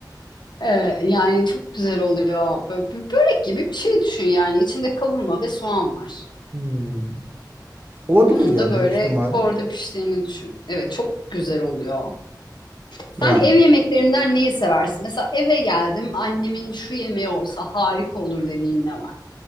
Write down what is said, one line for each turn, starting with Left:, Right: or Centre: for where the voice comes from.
Left: Ee, yani çok güzel oluyor. Böyle, börek gibi bir şey düşün yani. İçinde kavurma ve soğan var.
Right: hmm, olabilir
Left: Bunun
Right: ya
Left: da böyle
Right: büyük ihtimal.
Left: korda piştiğini düşün. Evet çok güzel oluyor. Sen
Right: Ya
Left: ev yemeklerinden neyi seversin? Mesela eve geldim annemin şu yemeği olsa harika olur dediğin ne var?